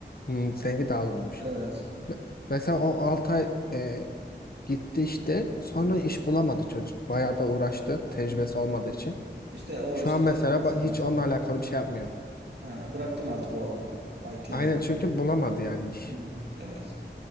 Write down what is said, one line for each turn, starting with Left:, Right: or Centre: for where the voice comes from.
Left: Hmm, seninki daha uzunmuş.
Right: Evet.
Left: Me- Mesela
Right: Hı
Left: o 6 ay e, gitti işte. Sonra
Right: hı.
Left: iş bulamadı çocuk. Bayağı da uğraştı. Tecrübesi
Right: hı hı.
Left: olmadığı için.
Right: İşte o
Left: Şu
Right: işte
Left: an mesela
Right: tecrübe
Left: ba-
Right: sıkıntısı
Left: hiç onunla
Right: var.
Left: alakalı bir şey yapmıyor.
Right: Ha, bıraktım artık o alanı. IT
Left: Aynen
Right: alanı.
Left: çünkü bulamadı yani iş.
Right: Hı hı. Evet.